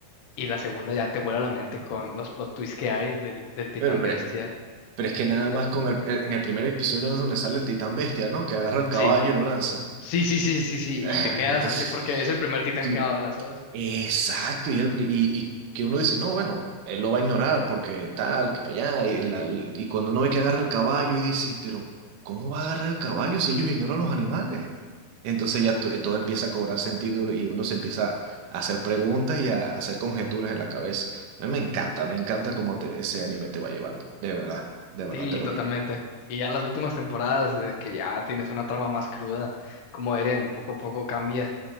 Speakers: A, on the left (about 65°); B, on the right (about 65°).
A: y la segunda ya te vuela la mente con los plot twists que hay del, del Titán
B: Pero, pero,
A: Bestia.
B: pero es que
A: Y
B: nada
A: de-
B: más con el, el- en el primer episodio es donde sale el titán bestia, ¿no? Que agarra el caballo
A: sí,
B: y lo lanza.
A: sí, sí, sí, sí, sí,
B: <laughs>
A: y te quedas
B: Entonces,
A: así, porque es el primer Titán
B: tú,
A: que habla, ¿sabes?
B: Exacto, y, el pri- y, y que uno dice, no, bueno, él lo va a ignorar porque tal, que para allá, y, la- y cuando uno ve que agarra el caballo y dice, pero ¿cómo va a agarrar el caballo si ellos ignoran los animales? Entonces ya to- eh, todo empieza a cobrar sentido y uno se empieza a hacer preguntas y a hacer conjeturas en la cabeza. A mí me encanta, me encanta cómo te, ese anime te va llevando, de verdad, de verdad
A: Sí,
B: te lo
A: totalmente.
B: digo.
A: Y ya las últimas temporadas, de que ya tienes una trama más cruda, como Eren poco a poco cambia.